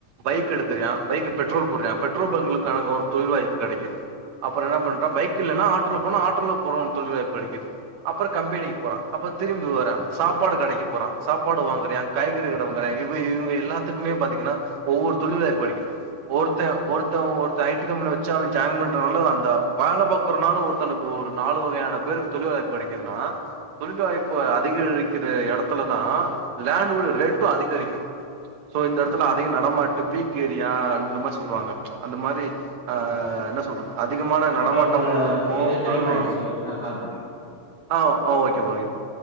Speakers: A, on the right; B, on the right.
A: பைக் எடுக்கிறா பைக் பெட்ரோல் போடுறா பெட்ரோல் பங்க்லக்கான ஒரு தொழில் வாய்ப்பு கெடைக்குது அப்பற என்ன பண்றா பைக் கில்லன்னா ஆட்டோல போனா ஆட்டோல போனுன் தொல்ல படிக்கிது அப்றோ கம்பெனிக்கு போறா அப்ப திரும்பி வரா சாப்பாடு கடைக்கு போறா சாப்பாடு வாங்கர்யான் காய்கறி கட வாங்கர்யா இவ இவ எல்லாத்துக்குமே பாத்தீங்கன்னா ஒவ்வொர் தொழிலாய்படிக்குது ஒருத்தே ஒருத்தே ஒருத்தே ஐ டி கம்பெனி வச்சு அவே ஜாயின் பண்டனாலு அந்த வேல பாக்கறனால ஒருத்தனுக்கு ஒரு நாலு வகையான பேருக்கு சொல்லுவார். படிக்கணுமா தொழில் வாய்ப்பு அதிகரி இதே எடத்துல தான் லேண்ட்டோட ரேட்டும் அதிகரிக்கும். சோ இந்த எடத்துல அதிக நடமாட்டு பீக் ஏரியா அந்த மாறி சொல்லுவாங்க. அந்த மாறி ஆ என்ன சொல்றது அதிகமான நடமாட்டமு
B: இதோ பா
A: இருக்கு
B: இது டைம்
A: தொழிலு
B: ஆயிடுச்சு நான் கால் பண்
A: ஆ ஓகேபா ஓகேபா.